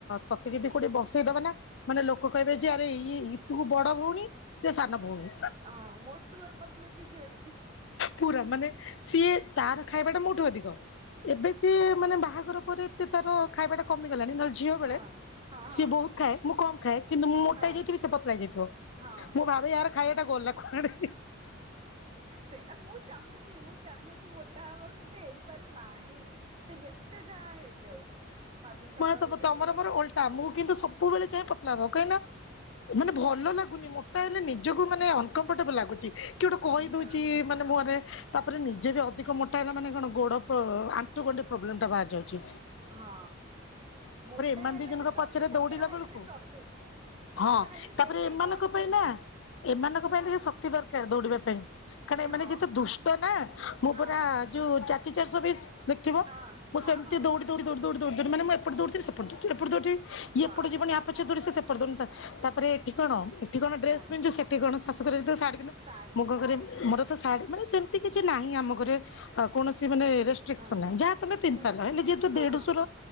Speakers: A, on the left (about 65°); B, on the right (about 30°).
A: ତତେ ଯଦି କୋଉଟେ ବସେଇଦବା ନା ମାନେ ଲୋକ କହିବେ ଯେ ଆରେ ଇ ଇତୁ ବଡ ଭଉଣୀ। ସେ ସାନ ଭଉଣୀ।
B: ହଁ ମୋଟୁ ଅର୍ ପତୁଲ୍ କି ଯୋଡି।
A: ପୁରା ମାନେ ସିଏ ତାର ଖାଇବା ଟା ମୋଠୁ ଅଧିକ ଏବେ ସେ ମାନେ ବାହାଘର ପରେ ଏତେ ତାର ଖାଇବାଟା କମିଗଲାଣି ନହେଲେ ଝିଅ ବେଳେ
B: ହଁ ହଁ
A: ସିଏ
B: ହଁ
A: ବହୁତ ଖାଏ ମୁଁ କମ ଖାଏ କିନ୍ତୁ ମୁଁ ମୋଟା
B: ହଁ
A: ଯାଇଥିବି ସେ ପତଳା ଯାଇଥିବ।
B: ହଁ
A: ମୁଁ ଭାବେ ୟାର ଖାଇଟା ଗଲା କୁଆଡେ।
B: ସେ ମୁଁ ଚାହୁଁଚି ମୁଁ ଚାହୁଁଚି ମୋଟା ହବାକୁ କିନ୍ତୁ ହେଇପାରୁନାହିଁ। ସେ ଯେତେ ଯାହା ହେଇଯାଉ। ଭାବିଲି ସକାଳୁ
A: ହ ତପ
B: ଉଠିକି
A: ତମର ମୋର ଓଲ୍ କା ଆମକୁ କିନ୍ତୁ ସବୁବେଳେ ଯାଇ ପତଲା ହବାକୁ କାହିଁକିନା ମାନେ ଭଲ ଲାଗୁନି ମୋଟ୍ ତାହେଲେ ନିଜକୁ ମାନେ ଅନକମ୍ଫର୍ଟେବୁଲ ଲାଗୁଚି କି ଗୋଟେ କହି
B: ହଁ
A: ଦଉଚି ମାନ୍ ମୁହଁରେ ତାପରେ ନିଜେ ବି ଅଧିକ ମୋଟା ହେଲା ମାନେ କଣ ଗୋଡ ଫ ଆଣ୍ଠୁ ଗଣ୍ଠି ପ୍ରୋବ୍ଲେମ୍ଟା ବାହାରି ଯାଉଚି।
B: ହଁ ମୋଟା
A: ଏମାନେ
B: ହେଲେ
A: ଦି ଜଣଙ୍କ
B: ବି ପ୍ରବ୍ଲେମ୍
A: ପଛରେ
B: ପତଳା
A: ଦୌଡିଲା
B: ହେଲେ
A: ବେଳକୁ
B: ବି ପ୍ରବ୍ଲୋମ୍। ପତଳା
A: ହଁ
B: ହେଲେ ବି
A: ତାପରେ
B: ସେଇ-ସେଇ
A: ଏମାନଙ୍କ
B: ଟୋନ୍
A: ପାଇଁ
B: ଶୁଣୁଚୁ।
A: ନା ଏମାନଙ୍କ ପାଇଁ ଟିକେ ଶକ୍ତି ଦରକାର ଦୌଡ଼ିବା ପାଇଁ କାରଣ ଏମାନେ
B: ହଁ
A: ଯେତେ ଦୁଷ୍ଟ ନା ମୁଁ
B: ହଁ
A: ପୁରା ଯୋଉ ଚାଚି ଚାରଷ ବିସ୍ ଦେଖିବ
B: ହଁ
A: ମୁଁ
B: ହଁ
A: ସେମ୍ତି
B: ହଁ
A: ଦୌଉଡି ଦଉଡି ଦଉଡି ଦଉଡି ଦଉଡି ମାନେ ମୁଁ ଏପଟେ ଦୈଉଳି ଥିବି ସେପଟେ ଦୈଉଳି ଥିବି ଏପଟେ ଦୈଉଳି ଥିବି ଇଏ
B: ବାସ୍
A: ପଟେ ଯିବନି ଆପାଟ୍ <unintelligible> ତାପରେ ଏଠି କଣ ଏଠି କଣ ଡ୍ରେସ୍
B: ହଁ
A: ପିନ୍ଧୁ ସେଠି କଣ ଶାଶୁ <unintelligible> ଶାଢ଼ୀ ପିନ୍ଧୁ
B: ଶାଢ଼ୀ
A: ମୁଗ ଘରେ ମୋର ତ ଶାଢ଼ୀ ମାନେ ସେମ୍ତି କିଛି ନାହିଁ ଆମ ଘରେ ହଁ କୌଣସି ମାନେ ରିସ୍ କିଛି
B: ହଁ
A: ନିହି ଯାହା ତମେ ପିନ୍ଧି
B: ହୁଁ
A: ପାରିଲ
B: ହୁଁ
A: ହେଲେ ଯେହେତୁ
B: ହଁ
A: ଦେଢ଼ଶୁର
B: ହଁ